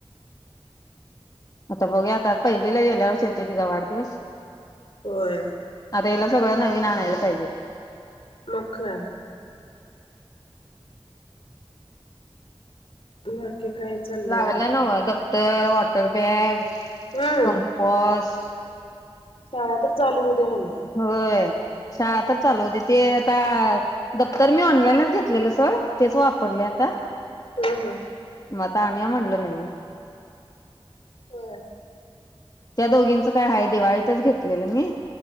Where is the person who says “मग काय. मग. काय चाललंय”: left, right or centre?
Left